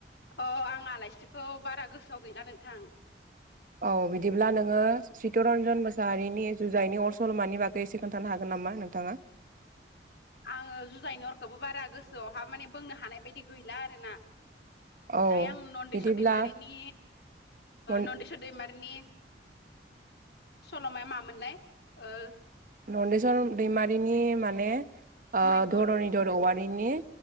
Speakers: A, on the left (about 70°); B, on the right (about 45°).
A: अ आं आलायसिखौ बारा गोसोआव गैला नोंथां
B: औ बिदिब्ला नोङो चितरन्जन मोसाहारिनि जुजाइनि अर सल'मानि बागै एसे खोन्थानो हागोन नामा नोंथाङा?
A: आङो जुजायनि अरखौबो बारा गोसोआवहा माने बुंनो हानाय बायदि गैला आरोना
B: औ
A: दायो आं नन्देस्वर
B: बिदिब्ला
A: दैमारिनि
B: मन
A: नन्देस्वर दैमारिनि सल'माया मामोनलाय? ओ
B: नन्देसर दैमारिनि माने
A: मैहुर
B: धर'नि औवारिनि